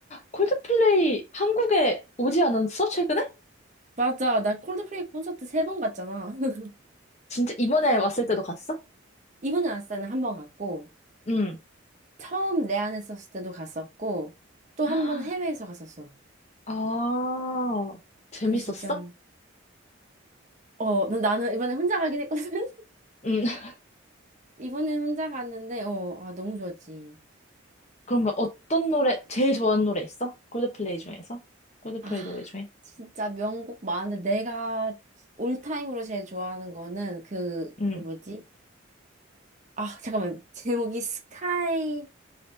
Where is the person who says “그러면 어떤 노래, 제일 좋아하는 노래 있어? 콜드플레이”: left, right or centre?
Left